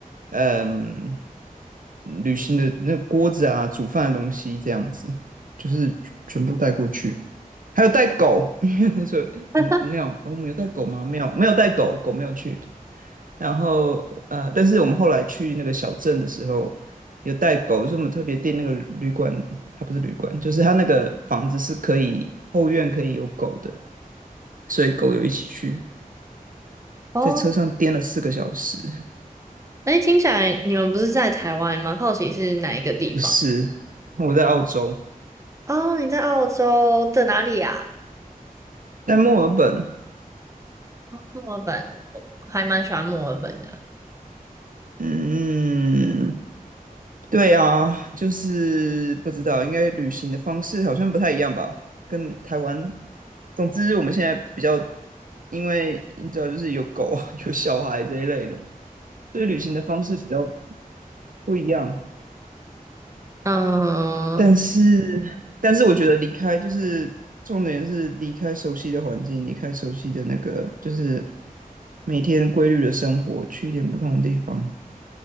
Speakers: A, on the right; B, on the right.
A: 嗯，旅行的那个锅子啊，煮饭的东西这样子，就是全部带过去。还有带狗，<laughs> 所以诶我们没有，
B: <laughs>
A: 我们有带狗吗？没有，没有带狗，狗没有去。然后呃，但是我们后来去那个小镇的时候，有带狗，就是我们特别订那个旅馆，它不是旅馆，就是它那个房子是可以后院可以有狗的，所以狗有一起去，
B: 哦，
A: 在车上颠了四个小时。
B: 诶，听起来你们不是在台湾，蛮好奇是哪一个地方？
A: 不是，我在澳洲，
B: 哦，你在澳洲的哪里啊？
A: 在墨尔本。
B: 墨尔本，我还蛮喜欢墨尔本的。
A: 嗯，对啊，就是不知道，应该旅行的方式好像不太一样吧，跟台湾。总之，我们现在比较，因为你知道，就是有狗啊，<laughs> 有小孩这一类的，所以旅行的方式比较不一样。
B: 嗯
A: 但是，但是我觉得离开就是重点是离开熟悉的环境，离开熟悉的那个，就是每天规律的生活，去一点不同的地方。